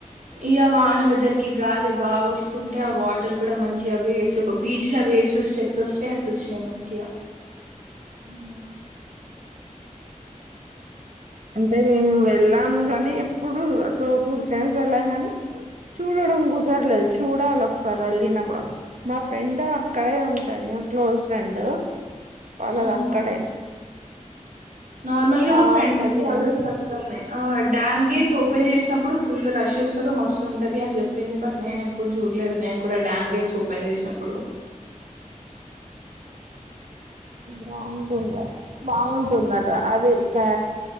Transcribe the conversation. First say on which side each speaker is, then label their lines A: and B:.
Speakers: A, on the right; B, on the right.
A: ఇగా వాన బద్దరికి గాలి బాగా వస్తుంటే ఆ వాటర్ కూడా మంచిగా వేవ్స్ ఒక బీచ్ వేవ్స్ వస్తే ఎట్లా వస్తాయయి అట్ల వచ్చినాయి మంచిగా
B: అ అంటే మేము వెళ్ళాం కానీ ఎప్పుడు టూ టూ త్ర టైమ్స్ వెళ్ళాం కాని చూడడం కుదరలేదు చూడాలి ఒకసారి వెళ్ళినప్పుడు మా ఫ్రెండ్ అక్కడే ఉంటది క్లోజ్ ఫ్రెండ్ వాళ్ళదు
A: అవును
B: అక్కడే
A: నార్మల్ గా మా
B: ఆ
A: ఫ్రెండ్స్
B: అంటది
A: వాళ్ళ
B: గాని
A: కూడా అక్కన్నాయి డ్యామ్ గేట్స్ ఓపెన్ చేసినప్పుడు ఫుల్ రష్ వస్తారు మస్తు ఉంటుంది అని చెప్పింది బట్ నేను ఎప్పుడు చూడలేదు నేను కూడా డ్యామ్ గేట్స్ ఓపెన్ చేసినప్పుడు
B: బాగుంటుంది బాగుంటుంద అట అది ఇకా